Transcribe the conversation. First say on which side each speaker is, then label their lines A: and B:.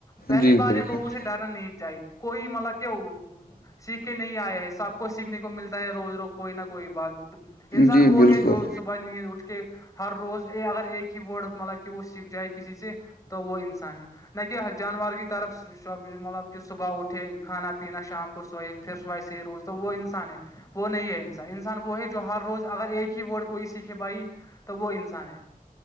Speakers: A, on the left; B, on the left.
A: پہلی
B: جی
A: بار
B: بالکل
A: یہ لوگوں سے ڈرنا نہیں چاہی کوئی مطلب کہ سیکھے نہیں آئے ہے سب کو سیکھنے کو ملتا ہے روز روز کوئی نہ کوئی بات انسان
B: جی
A: وہ
B: بالکل
A: ہے جو ب نیند اٹھ کے ہر روز اے اگر ایک ہی ورڈ مطلب کہ وہ سیکھ جائے کسی سے تو وہ انسان ہے نہ کہ جانور کی طرف مطلب کہ صبح اٹھے کھانا پینا شام کو سوئے پھر سوائے سحی روز تو وہ انسان ہے وہ نہیں ہے انسان انسان وہ ہے جو ہر روز اگر ایک ہی ورڈ کوئی سیکھے بھائی تو وہ انسان ہے